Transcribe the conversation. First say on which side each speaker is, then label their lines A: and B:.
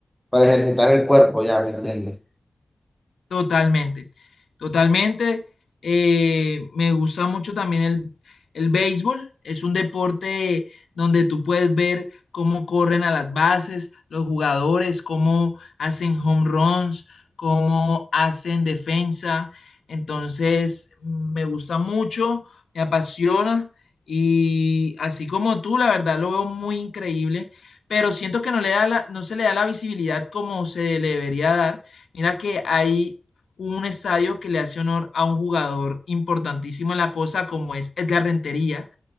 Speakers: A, in the centre; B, on the left.
A: para ejercitar el cuerpo, ya, ¿me entiendes?
B: Totalmente, totalmente. Eh, me gusta mucho también el, el béisbol. Es un deporte donde tú puedes ver cómo corren a las bases los jugadores, cómo hacen home runs, cómo hacen defensa. Entonces, me gusta mucho, me apasiona y así como tú, la verdad lo veo muy increíble, pero siento que no le da la- no se le da la visibilidad como se le debería dar. Mira que hay un estadio que le hace honor a un jugador importantísimo en la cosa, como es Edgar Rentería,